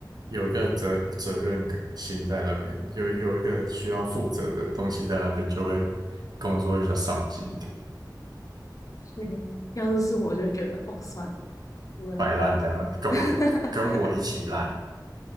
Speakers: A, on the right; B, on the left.
A: 有一个责责任感心在那边，有有一个需要负责的东西在那边，就会工作会比较上进一点。
B: 对，要是是我就觉得，哦，算了，我们
A: 摆烂这样，跟我一跟我一起烂，
B: <laughs>